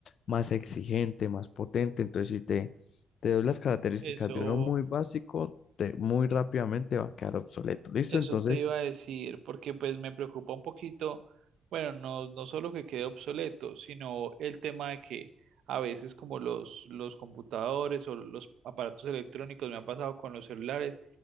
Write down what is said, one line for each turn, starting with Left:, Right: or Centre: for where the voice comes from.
Left: más exigente, más potente. Entonces, si te... Te doy las características
Right: Eso
Left: de uno muy básico, te- muy rápidamente va a quedar obsoleto. ¿Listo?
Right: Eso
Left: Entonces,
Right: te iba a decir, porque pues me preocupa un poquito, bueno, no, no solo que quede obsoleto, sino el tema de que a veces como los, los computadores o los aparatos electrónicos, me ha pasado con los celulares,